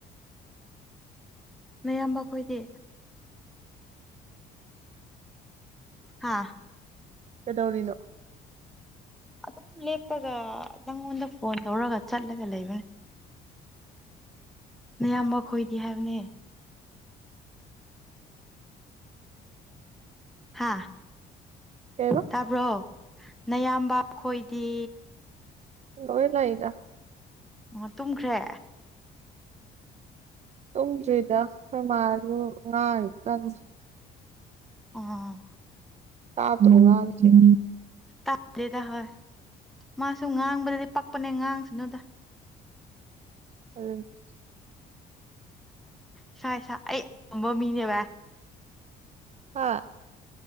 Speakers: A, in the centre; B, on the right.
A: ꯅꯌꯥꯝꯕ ꯈꯣꯏꯗꯤ ꯍꯥꯥ
B: ꯀꯩꯗꯧꯔꯤꯅꯣ
A: ꯑꯗꯨꯝ ꯂꯦꯞꯄꯒ ꯅꯪꯉꯣꯟꯗ ꯐꯣꯟ ꯇꯧꯔꯒ ꯆꯠꯂꯒ ꯂꯩꯕꯅꯦ
B: <inaudible>
A: ꯅꯌꯥꯝꯕ ꯈꯣꯏꯗꯤ ꯍꯥꯏꯕꯅꯦ ꯍꯥꯥ
B: ꯀꯩꯕ
A: ꯇꯥꯕ꯭ꯔꯣ ꯅꯌꯥꯝꯕ ꯈꯣꯏꯗꯤ
B: ꯂꯣꯢ ꯂꯩꯗ
A: ꯑꯣ ꯇꯨꯝꯈ꯭ꯔꯦ
B: ꯇꯨꯝꯗ꯭ꯔꯤꯗ ꯑꯩꯈꯣꯏ ꯃꯥꯁꯨ ꯉꯥꯡꯉꯤ ꯀꯥꯟꯅ
A: ꯑꯥ
B: ꯇꯥꯗꯔꯣ ꯉꯥꯡꯉꯤꯁꯦ
A: ꯇꯥꯗꯦꯗ ꯍꯣꯏ ꯃꯥꯁꯨ ꯉꯥꯡꯕꯗꯗꯤ ꯄꯛꯄꯅꯦ ꯉꯥꯡꯁꯨꯅꯨꯗ
B: ꯑꯗꯨꯅꯦ
A: ꯏꯁꯥ ꯏꯁꯥ ꯑꯩ ꯃꯥꯝꯃꯤꯅꯦ ꯚꯥꯢ
B: ꯍꯥ